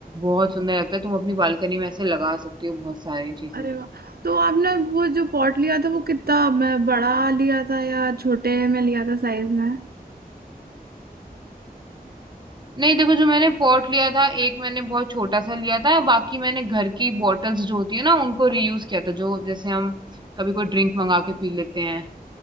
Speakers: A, on the right (about 30°); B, on the right (about 75°).
A: बहुत सुंदर लगता है तुम अपनी बालकनी में ऐसे लगा सकती हो बहुत सारी चीजें
B: अरे वाह तो आपने वो जो पॉट लिया था वो कितना म, बड़ा लिया था या छोटे में लिया था साइज में
A: नहीं देखो जो मैंने पॉट लिया था एक मैंने बहुत छोटा सा लिया था बाकी मैंने घर की बॉटल्स जो होती है ना उनको रीयूज किया था जो जैसे हम कभी कोई ड्रिंक मंगा के पी लेते हैं